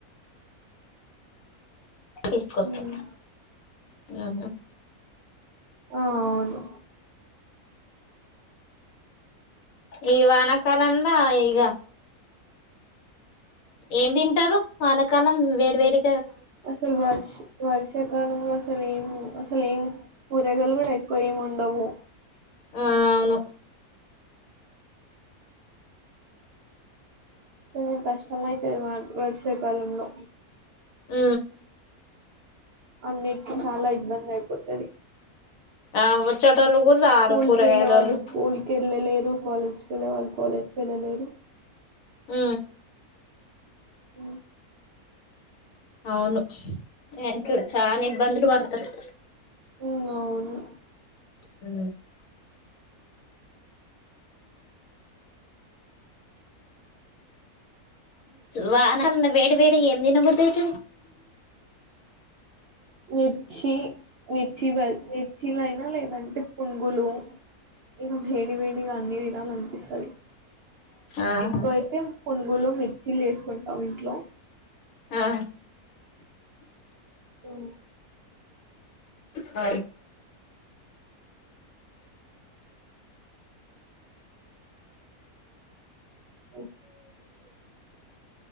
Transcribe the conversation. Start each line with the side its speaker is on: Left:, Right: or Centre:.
Left: తీసుకొస్తాను
Right: ఉమ్,
Left: ఆహా
Right: ఆ అవును
Left: ఈ వానకాలంలో ఇగ ఏం తింటారు వానకాలం వేడి వేడి
Right: అసలు వర్ష వర్షాకాల వ అసలు ఏం అసలు ఏం కూరగాయలు కూడా ఎక్కువ ఏమి ఉండవు
Left: ఆ అవును
Right: కొంచం కష్టమయితది వర్సాకాలంలోంలో
Left: అ
Right: అన్నిటికి చాలా ఇబ్బంది అయిపోతుంది
Left: ఆ వచ్చేటోళ్ళు కూడా రారు
Right: స్కూల్
Left: కూరగాయలోళ్ళు
Right: కేలేవాల స్కూల్ కేలే లేరు కాలజ వెళ్ళే వాళ్ళు కాలేజ్కి వెళ్ళలేరు
Left: అ
Right: అఓ
Left: అవును ఆతు చానా ఇబ్బందులు పడుతారు
Right: ఉ అవును
Left: హ వాన వేడి వేడి ఏం తినబతచ్చ
Right: మిర్చి మిర్చి బ మిర్చీల అయినా లేదంటే పుంగులు ఇక వేడి వేడిగా అన్ని తినాలనిపిస్తుంది
Left: ఆహా
Right: ఎక్కువైతే పునుగులు మి చిల్లి వేసుకుంటాం ఇంట్లో
Left: ఆ
Right: ఏను
Left: అ
Right: అఓ